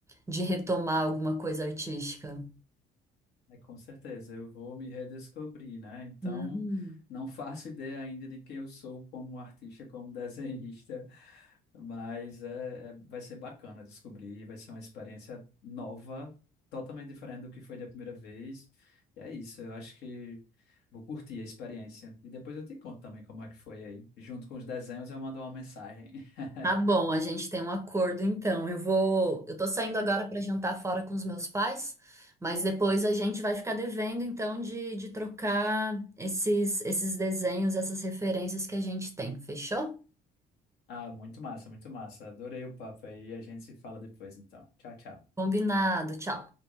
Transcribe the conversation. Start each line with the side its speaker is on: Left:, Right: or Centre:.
Right: de retomar alguma coisa artística.
Left: É, com certeza, eu vou me redescobrir, né? Então,
Right: Uhum.
Left: não faço ideia ainda de quem eu sou como artista, como <laughs> desenhista, mas é, é- vai ser bacana descobrir, vai ser uma experiência nova, totalmente diferente do que foi da primeira vez. E é isso, eu acho que vou curtir a experiência. E depois eu te conto também como é que foi aí. Junto com os desenhos, eu mando uma mensagem. <laughs>
Right: Tá bom, a gente tem um acordo então. Eu vou, eu tô saindo agora para jantar fora com os meus pais, mas depois a gente vai ficar devendo então de, de trocar esses esses desenhos, essas referências que a gente tem. Fechou?
Left: Ah, muito massa, muito massa. Adorei o papo aí. A gente se fala depois, então. Tchau, tchau.
Right: Combinado. Tchau.